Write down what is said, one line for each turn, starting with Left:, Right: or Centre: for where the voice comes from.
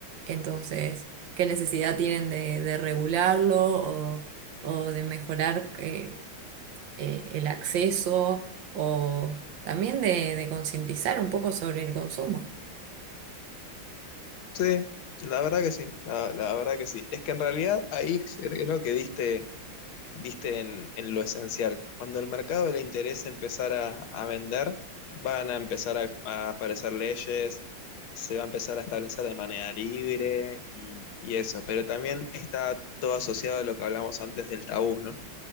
Right: Entonces, ¿qué necesidad tienen de, de regularlo o, o de mejorar eh, eh, el acceso o también de de concientizar un poco sobre el consumo?
Left: Sí, la verdad que sí, la, la verdad que sí. Es que en realidad ahí creo que diste diste en, en lo esencial. Cuando el mercado le interese empezar a, a vender, van a empezar a, a aparecer leyes, se va a empezar a establecer de manera libre y, y eso. Pero también está todo asociado a lo que hablamos antes del tabú, ¿no?